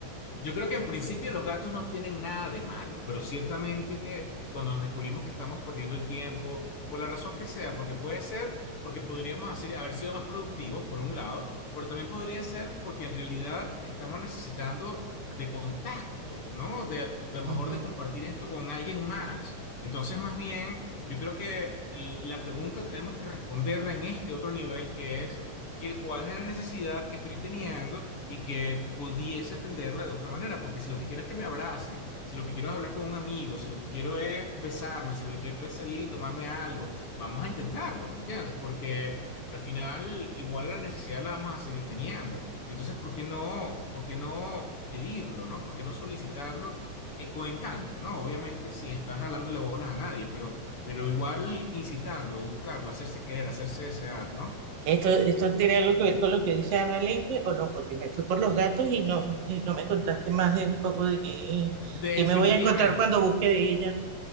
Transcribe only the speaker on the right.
Ujú.
¿Esto, esto tiene algo que ver con lo que dice Ana Lenke o no? Porque me fui por los gatos y no, y no me contaste más de un poco de qué,
qué me voy a encontrar cuando busque de ella.